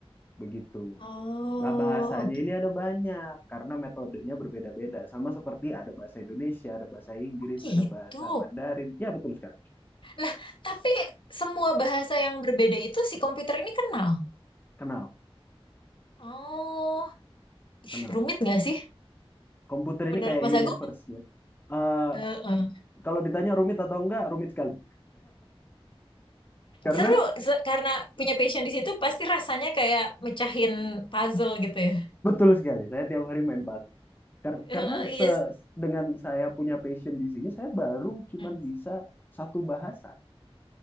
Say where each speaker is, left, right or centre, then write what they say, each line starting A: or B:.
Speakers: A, on the left; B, on the left.
A: begitu.
B: Oh,
A: Nah, bahasanya
B: oke.
A: ini ada banyak karena metodenya berbeda-beda. Sama seperti ada bahasa Indonesia, ada bahasa Inggris,
B: Gitu.
A: ada bahasa Mandarin. Ya, betul sekali.
B: Nah, tapi semua bahasa yang berbeda itu si komputer ini kenal.
A: Kenal,
B: Oh, ih,
A: kenal.
B: rumit nggak sih?
A: Komputer
B: Menurut
A: ini kayak
B: Mas Agung?
A: universe-nya. Eh,
B: Heeh.
A: kalau ditanya rumit atau enggak, rumit sekali. Karena
B: Seru se- karena punya passion di situ pasti rasanya kayak mecahin puzzle gitu ya.
A: <laughs> betul sekali, saya tiap hari main pas. Kar- karena
B: Eh, Iya.
A: se
B: seru.
A: dengan saya punya passion di sini, saya baru cuman
B: Hmm.
A: bisa satu bahasa.